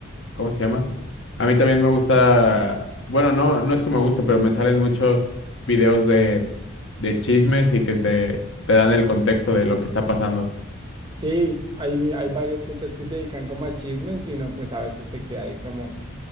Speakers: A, on the left; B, on the right.
A: ¿cómo se llama? A mí también me gusta, bueno, no, no es que me guste, pero me salen muchos videos de, de chismes y que te, te dan el contexto de lo que está pasando.
B: Sí, hay, hay varias cuentas que se dedican como a chismes y uno pues a veces se queda ahí como...